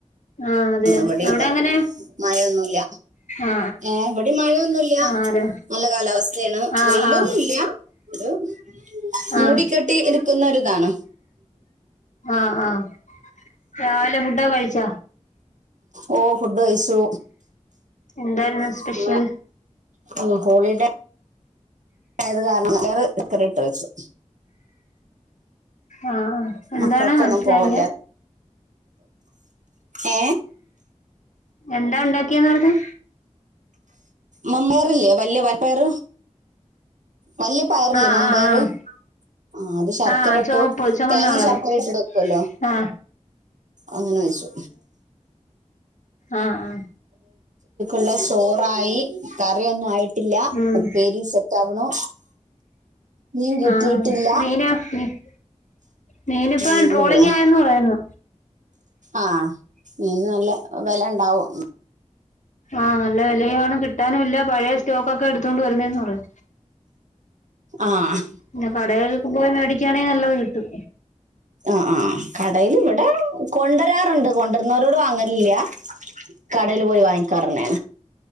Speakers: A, on the left (about 75°); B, on the right (about 80°).
A: ആ അതെ അതെ
B: ഇവിടെ
A: അവിടെ
B: ഇല്ല
A: എങ്ങനെ
B: മഴൊന്നുല്ല.
A: ആ
B: ഏ ഇവിടെ മഴയൊന്നുല്ല.
A: ആ ആരാ
B: നല്ല കാലാവസ്ഥേണ്
A: ആ
B: വെയിലൊന്നുംല്ല.
A: ആ
B: ഹലോ മൂടിക്കെട്ടി
A: ആ
B: എടുക്കുന്നോരിതാണോ?
A: ആഹ് ആഹ് രാവിലെ ഫുഡക കഴിച്ചാ?
B: ഓ ഫുഡ് കഴിച്ചു.
A: എന്തായിരുന്നു
B: പിന്ന
A: സ്പെഷ്യൽ
B: ഉം ഹോളിഡേ. ആയത് കാരണം വറെ ഇക്കറി ഇട്ട് വെച്ചു.
A: ആഹ് എന്താണ്
B: മക്കൾക്കൊന്നും
A: മനസ്സിലായില്ല.
B: പോവല്ല ഏ
A: എന്താ ഉണ്ടാക്കിയന്ന് പറഞ്ഞെ?
B: മമ്പയർല്ലേ വല്യ പയർ വല്യ പയറില്ലേ
A: ആ
B: മമ്പയർ.
A: ആ
B: ആ അത് ശർക്കര
A: ആ ആ
B: ഇട്ടു
A: ചുവപ്പ് ചുമന്ന
B: തേങ്ങ
A: കളറ്
B: ശർക്കര ഇട്ട് എടുക്കുവല്ലോ.
A: ആ
B: അങ്ങനെ വെച്ചു.
A: ആഹ് ആ
B: ള്ള ചോറായി കറിയൊന്നും ആയിട്ടില്ല.
A: ഉം
B: ഉപ്പേരീസെറ്റാവണു. നീൻ കിട്ടിയിട്ടില്ല
A: ആ മീന് മീ- മീനിപ്പം
B: ങ്ങട്
A: ട്രോളിംഗ്
B: പോണം.
A: ആയെന്ന് പറയുന്നു
B: ആഹ് നീന്ന് നല്ല വെലണ്ടാവും.
A: ആഹ് നല്ല വെലയുആണ്. കിട്ടാനും ഇല്ല. പഴയ സ്റ്റോക്ക് ഒക്കെ എടുത്തൊണ്ട് വരുന്നെന്ന് പറഞ്ഞ.
B: ആഹ്
A: പിന്ന കടകൾക്ക് പോയി മേടിക്കയാണെങ്കി നല്ലത് കിട്ടും.
B: ആഹ് ആഹ് കടേല് ഇവിടെ കൊണ്ടരാറുണ്ട്. കൊണ്ടരുന്നരോട് വാങ്ങലില്ല. കടേല് പോയി വാങ്ങിക്കാറാണ്.